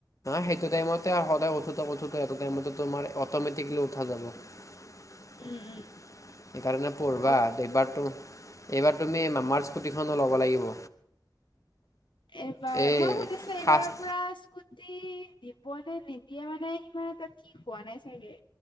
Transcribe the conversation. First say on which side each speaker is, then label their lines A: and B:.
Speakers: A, on the left (about 40°); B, on the left (about 75°).
A: সেইটো টাইমতে সদায় উঠোতে উঠোতে টাইমতে তোমাৰ অমেটিকি উঠা যাব। <unintelligible>
B: উম উম
A: সেইকাৰণে পঢ়বা,
B: অ',
A: এইবাৰ এইবাৰ তুমি মামাৰ ল'ব লাগিব।
B: এইবাৰ
A: এই
B: মই শুনিছো এইবাৰৰ
A: ফাৰ্ষ্ট
B: পৰা দিব নে নিদিয়ে, মানে ইমান তাত কি কোৱা নাই চাগে।